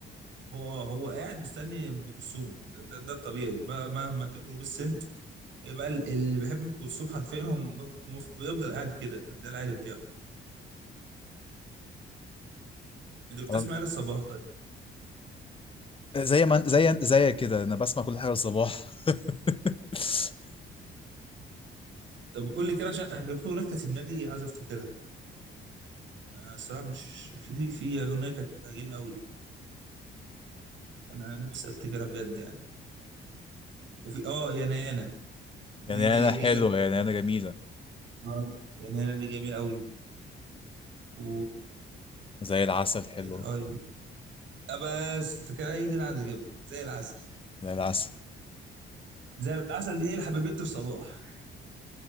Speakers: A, on the right; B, on the left.
A: هو هو قاعد مستني ام كلثوم ده, ده, ده الطبيعي ما- مهما كبروا بالسن يبقى ال- اللي بيحب ام كلثوم حرفيا هم مف- بيفضل قاعد كده ده العادي بتاعه انت بتسمع
B: تمام
A: للصباح طيب
B: زي ما زي زي كده انا بسمع كل حاجه الصباح <laughs>
A: طب قول لي كده عشان انا كان في اغنيه كانت في دماغي عايز افتكرها أنا الصراحه مش في في في اغنيه كانت تعجبني قوي انا نفسي افتكرها بجد يعني وفي اه يا نانا دي
B: يعني
A: دي
B: انا
A: جميله
B: حلوه يعني انا جميله
A: آه، يا نانا دي جميله قوي و
B: زي العسل حلوه
A: اه بس فاكرها هي دي اللي عايز اجيبها زي العسل
B: زي العسل
A: زي العسل دي هي اللي حبيبتي في صباح